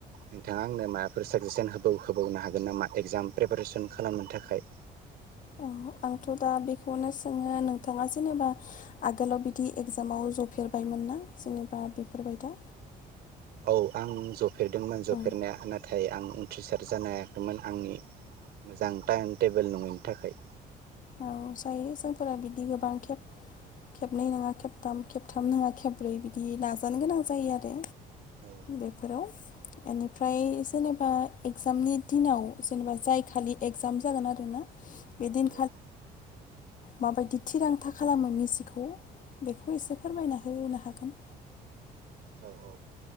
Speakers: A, on the right; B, on the left.
A: नोंथाङा आंनो माबाफोर साजेसन होबाव'होबावनो हागोन नामा एक्जाम प्रेपारेसन खालामनो थाखाय?
B: औ आंथ' दा बेखौनो सोङो नोंथाङा जेनेबा आगोलाव बिदि एगजामाव जफेरबायमोन ना जेनेबा बेफोर बाय दा
A: औ आं जफेरदोंमोन जफेरनाया
B: औ
A: नाथाय आं उथ्रिसार जानो हायाखैमोन आंनि मोजां टाइम टेबोल नङैनि थाखै।
B: औ जायो जोंफोरा बिदि गोबां खेब खेबनै नङा खेबथाम खेबथाम नङा खेबब्रै बिदि नाजानो गोनां जायो आरो।
A: औ
B: बेफोराव बेनिफ्राय जेनेबा इगजामनि दिनाव जेनेबा जाय खालि एगजाम जागोन आरो ना बे दिन
A: औ
B: माबायदि थिरांथा खालामो निजिखौ बेखौ एसे फोरमायना होनो हागोन
A: औ औ